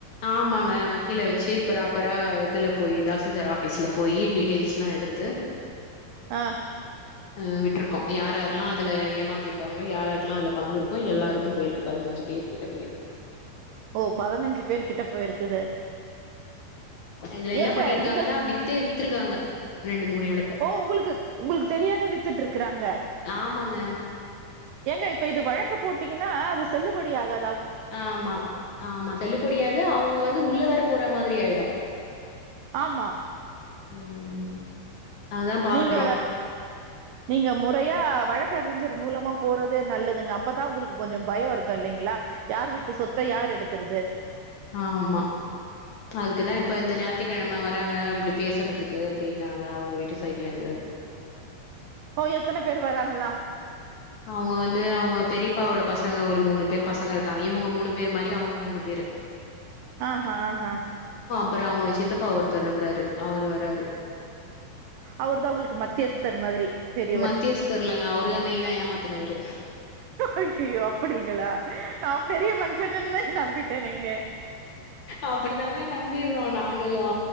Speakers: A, on the left; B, on the right.
A: ஆமாங்க வக்கீல வச்சு ப்ராப்பரா இதுல போய் தாசில்தார் ஆபீஸ்ல போயி டீடெயில்ஸ் எல்லாம் எடுத்து
B: ஆ
A: ஆ விட்டுருக்கோம் யார்யாரெல்லாம் அதுல ஏமாத்திருக்காங்களோ யார்யாருக்கெல்லாம் அதுல பங்கு இருக்கோ எல்லாருக்கும் போயிருக்கு பதினஞ்சு பேர் கிட்ட போயிருக்கு
B: ஓ பதினஞ்சு பேர் கிட்ட போயிருக்குது
A: இதுல என்ன
B: ஏங்க
A: பண்ணிருக்காங்கன்னா
B: இந்த ஸ்-
A: வித்தைய வித் வித்திருக்காங்க ரெண்டு மூணு எடத்த
B: ஓ உங்களுக்கு உங்களுக்கு தெரியாத வித்துட்டு இருக்கறாங்க
A: ஆமாங்க
B: ஏங்க இப்ப இது வழக்க போட்டீங்கன்னா அது செல்லுபடி ஆகா
A: ஆமா ஆமா செல்லுபடியாது அவங்க வந்து உள்ளே வர போற மாதிரி ஆயிடும்
B: ஆமா.
A: ம். அதா பாக்குறோ
B: நீங்க நீங்க முறையா வழக்கறிஞர் மூலமா போறது நல்லதுங்க அப்பதான் உங்களுக்கு கொஞ்சம் பயம் இருக்கும் இல்லைங்களா யார் வீட்டு சொத்த யார் எடுக்கிறது
A: ஆமா அதுக்குதான் இப்ப இந்த ஞாயிற்றுக்கிழமை வர்றாங்க அப்படி பேசுறதுக்கு அப்படின்னாங்க அவங்க வீட்டு சைட்ல இருந்து
B: ஓ எத்தனை பேர் வராங்களா
A: அவங்க வந்து அவங்க பெரியப்பாவோட பசங்க ஒரு மூணு பேரு பசங்க இருக்காங்க இவங்க மூணு பேரு மாதிரி அவங்க மூணு பேரு
B: ஆஹா ஆஹா
A: அப்புறோ அவங்க சித்தப்பா ஒருத்தர்ருக்கரு அவர் வ ராரு
B: அவரு தா உங்களுக்கு மத்தியஸ்தர் மாதிரி பெரியவர்
A: மத்தியஸ்தர் இல்லங்க அவ் ருதா மெய்னா ஏமாத்துனவரு
B: அய்யய்யோ அப்புடிங்களா நா பெரிய மனுஷ ன்னனே நம்பிட்டேனங்க
A: அப்புடித்தாங்க நம்பிற்றோ நாங்களு